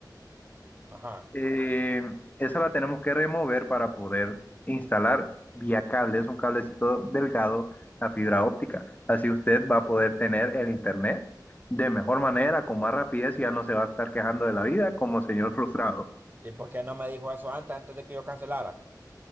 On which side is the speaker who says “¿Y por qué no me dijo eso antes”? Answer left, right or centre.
Right